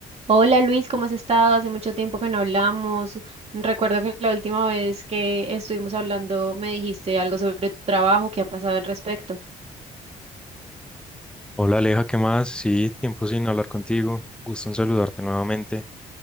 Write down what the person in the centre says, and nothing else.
Hola Aleja, ¿qué más? Sí, tiempo sin hablar contigo. Gusto en saludarte nuevamente.